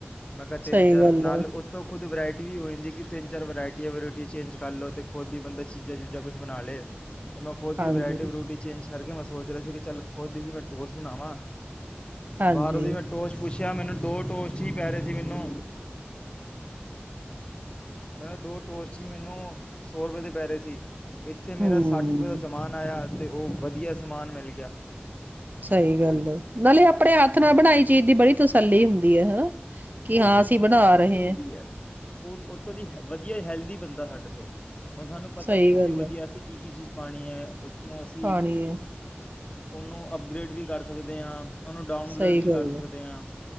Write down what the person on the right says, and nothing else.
ਸਹੀ
ਗੱਲ
ਹੈ
ਹਾਂਜੀ
ਹਾਂਜੀ
ਹਮ
ਸਹੀ ਗੱਲ ਆ। ਨਾਲੇ ਆਪਣੇ ਹੱਥ ਨਾਲ ਬਣਾਈ ਚੀਜ਼ ਦੀ ਬੜੀ ਤਸੱਲੀ ਹੁੰਦੀ ਹੈ ਹਨਾ। ਕਿ
ਹਾਂ
ਅਸੀਂ ਬਣਾ
ਰਹੇ
ਹਾਂ
ਸਹੀ
ਗੱਲ
ਹੈ
ਖਾਣੀ ਹੈ
ਸਹੀ
ਗੱਲ
ਹੈ